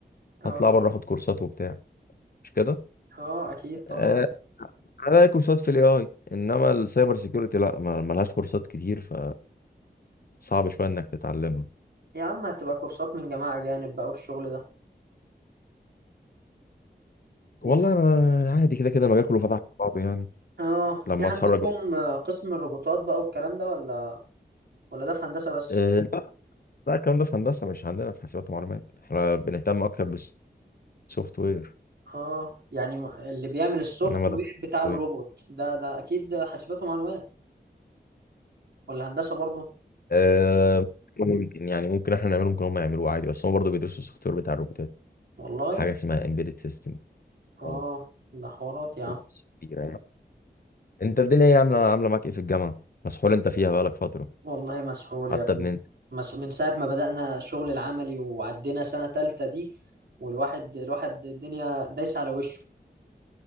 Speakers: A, on the right (about 70°); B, on the left (about 55°).
A: اه
B: هطلع بره اخد كورسات وبتاع مش كده
A: اه اكيد طبعا
B: آه... هلاقي كورسات في الاي اي انما السايبر سيكيورتي لا ما... ملهاش كورسات كتير ف صعب شويه انك تتعلمها
A: يا عم هتبقى كورسات من جماعة أجانب بقى والشغل ده
B: والله
A: وفي
B: انا عادي كده كده المجال كله فتح على بعضه يعني
A: اه
B: لما
A: في عندكم
B: اتخرج بقى
A: آه، قسم الروبوتات بقى والكلام ده ولا ولا ده في هندسة بس
B: أه لا الكلام ده في هندسه مش عندنا في حاسبات ومعلومات احنا بنهتم اكتر بالسوفت وير
A: اه يعني ما- اللي بيعمل السوفت
B: انما
A: وير
B: ده سوفت
A: بتاع الروبوت
B: وير
A: ده ده اكيد حاسبات ومعلومات ولا هندسة برضه
B: أه ممكن يعني ممكن احنا نعمله ممكن هم يعملوه عادي بس هم برضه بيدرسوا السوفت وير بتاع الروبوتات
A: والله
B: حاجه اسمها امبيدد سيستم
A: اه
B: اه
A: ده حوارات يا
B: وقصة
A: عم
B: كبيره يعني انت الدنيا ايه عامله عامله معاك ايه في الجامعه مسحول انت فيها بقالك فتره
A: والله مسحول
B: حتى
A: يا ابني
B: بننت
A: مس... من ساعة ما بدأنا الشغل العملي وعدينا سنة تالتة دي والواحد الواحد الدنيا دايسة على وشه